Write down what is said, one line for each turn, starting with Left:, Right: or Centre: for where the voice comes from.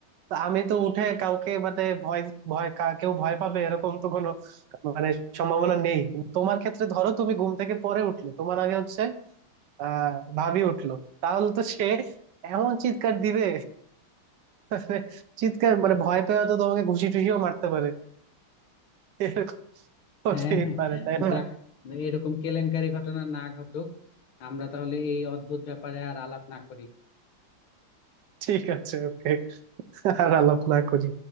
Right: তো আমি তো উঠে কাউকে মানে ভয় ভয় কা- কেউ ভয় পাবে এরকম তো কোনো মানে সম্ভাবনা নেই কিন্তু তোমার ক্ষেত্রে ধরো তুমি ঘুম থেকে পরে উঠলো তোমার আগে হচ্ছে আহ ভাবি উঠলো তাহলে তো সে এমন চিৎকার দিবে মানে চিৎকার মানে ভয় পেয়ে তো তোমাকে ঘুষি টুষিও মারতে পারে এরকম হতেই
Left: হ্যাঁ
Right: পারে তাই না
Left: যাক এরকম কেলেঙ্কারি ঘটনা না ঘটুক আমরা তাহলে এই অদ্ভুত ব্যাপারে আর আলাপ না করি
Right: ঠিক আছে ওকে আর আলাপ না করি